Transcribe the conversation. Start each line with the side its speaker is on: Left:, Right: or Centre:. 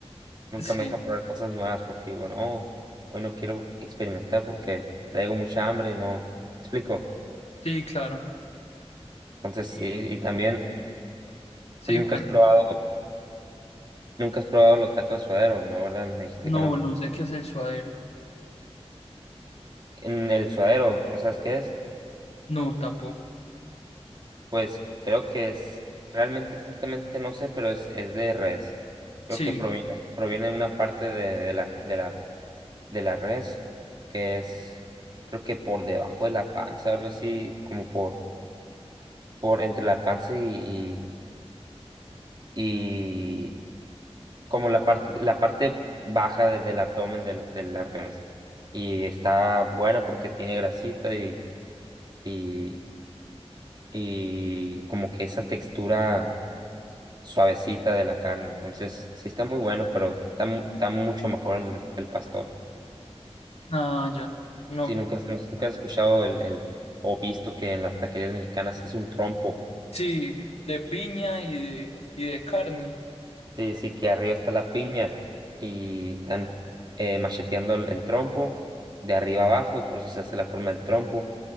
Right: Nunca
Left: Sí,
Right: me deja probar cosas nuevas porque digo, no, hoy no quiero experimentar porque traigo mucha hambre y no. ¿Me explico?
Left: sí, claro.
Right: Entonces
Left: Y-
Right: sí, y también
Left: sí,
Right: nunca
Left: cuento.
Right: has probado, nunca has probado los tacos de suadero, ¿no? ¿Verdad? Me dijiste
Left: No,
Right: que no.
Left: no sé qué es el suadero.
Right: En el suadero, ¿no sabes qué es?
Left: No, tampoco.
Right: Pues creo que es, realmente exactamente no sé, pero es, es de res. Creo
Left: Sí,
Right: que proviene, proviene de una parte de, de la, de la, de la res que es, creo que por debajo de la panza, algo así, como por por entre la panza y, y como la parte, la parte baja de- del abdomen del, del la Y está buena porque tiene grasita y, y, y como que esa textura suavecita de la carne. Entonces, sí está muy bueno, pero está, mu- está mucho mejor el, el pastor.
Left: ah, ya. No,
Right: Si nunca, has- nunca has escuchado el, el, o visto que en las taquerías mexicanas es un trompo.
Left: sí, de piña y de, y de carne.
Right: Sí, sí, que arriba está la piña y están eh, macheteando el, el trompo de arriba abajo, y por eso se hace la forma del trompo